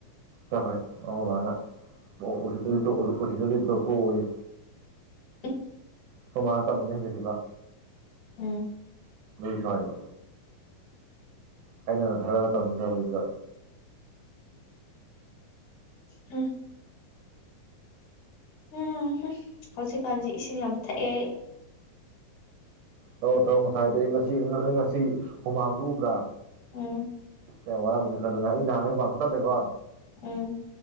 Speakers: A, on the right (about 75°); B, on the left (about 65°).
A: ꯆꯠꯈ꯭ꯔꯦ ꯑꯩꯈꯣꯐ ꯑꯣ ꯎꯆꯗꯤ
B: ꯎꯝ
A: ꯎꯆꯗꯤ <inaudible> <unintelligible> <inaudible> ꯇꯧꯊꯣꯛ ꯑꯣꯏꯌꯦ
B: ꯏꯪ
A: ꯑꯈꯣꯏꯃꯥꯅ ꯇꯝꯕꯗ ꯍꯦꯟꯖꯜꯂꯤꯕ
B: ꯎꯝ
A: ꯑꯗꯨꯏ ꯁꯥꯎꯔꯤꯕ ꯑꯩꯅꯒ ꯈꯔꯒ ꯇꯧꯅꯤꯡꯗꯕꯖꯤꯗ
B: ꯍꯨꯝ ꯎꯝꯍꯨꯝ ꯍꯧꯖꯤꯛꯀꯥꯟꯖꯦ ꯏꯁꯤꯡ ꯌꯥꯝ ꯊꯛꯑꯦ
A: ꯊꯥꯛ ꯑꯣ ꯊꯥꯛ ꯑꯣ ꯉꯁꯥꯏꯗꯩꯩ ꯉꯁꯤ ꯑꯩ ꯉꯁꯤ ꯉꯁꯤ ꯍꯨꯃꯥꯡꯗꯨ ꯎꯕ꯭ꯔꯥ
B: ꯎꯝ
A: ꯀꯌꯥꯝ ꯋꯥꯔꯝꯃꯅꯤ ꯈꯜꯂꯨ ꯑꯩ ꯅꯍꯉꯩꯁꯨꯃꯥꯡ ꯈ ꯇꯗꯦꯀꯣ
B: ꯎꯝ